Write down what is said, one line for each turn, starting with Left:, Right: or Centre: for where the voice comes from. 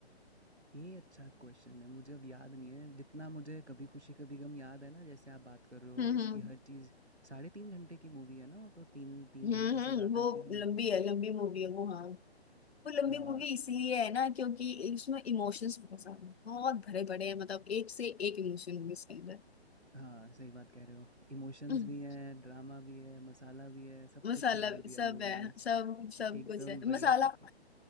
Right: ये अच्छा क्वेश्चन है मुझे अब याद नहीं है जितना मुझे कभी खुशी कभी गम याद है ना जैसे आप बात कर रहे हो
Left: हम्म
Right: उसकी
Left: हम्म
Right: हर चीज़ साढ़े तीन घंटे की मूवी है ना वो तो तीन तीन
Left: हम्म
Right: घंटे
Left: हम्म,
Right: से ज़्यादा
Left: वो
Right: की ही है
Left: लंबी है लंबी मूवी है वो हाँ वो लंबी
Right: हाँ
Left: मूवी
Right: और
Left: इसलिए है ना क्योंकि इसमें इमोशंस बहुत सारे हैं, बहुत भरे पड़े हैं मतलब एक से एक इमोशन है इसके अंदर
Right: हाँ सही बात कह रहे हो इमोशंस
Left: हम्म,
Right: भी हैं ड्रामा भी है मसाला भी है सब
Left: मसाला
Right: कुछ ही डाल
Left: भी
Right: दिया
Left: सब
Right: मूवी
Left: है
Right: में
Left: सब सब
Right: एकदम
Left: कुछ है
Right: बढ़िया
Left: मसाला
Right: पैकेज